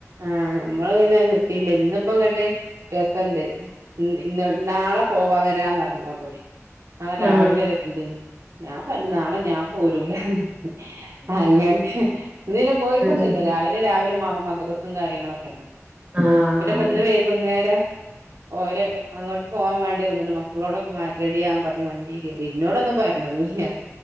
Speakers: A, on the right; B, on the right.
A: ആഹ് ഞമ്മള് പിന്നെ കിട്ടീല്ല ഇന്ന്പ്പങ്ങട്ട് രസണ്ട് ന്ന് ന്ന് നാളെ പോവാ വരാന്നറ്ഞ്ഞോലോടെ ആ രാവിലെ
B: ആഹ്
A: വര്ണ്ട്ന്ന് ഞാൻ പറഞ്ഞ് നാളെ ഞാൻ പോരൂലാന്ന് അങ്ങനെ ഇന്ന് പിന്നെ പോയിട്ടൊന്നുല്ല
B: ഉം
A: രാ അയ്ലെ രാവിലെ മ മദ്രസും കാര്യങ്ങളൊക്കെന്നെ
B: ആഹ്
A: പിന്നെപ്പിന്ന് വൈകുന്നേരം ഓലെ അങ്ങോട്ട് പോവാൻ വേ ണ്ടിന്ന്ണ് മക്കളോടൊക്കെ മാ റെഡ്യാവാന് പറഞ്ഞു വണ്ടി കേയറി ഇന്നോടൊന്നും പറഞ്ഞതൂല്ല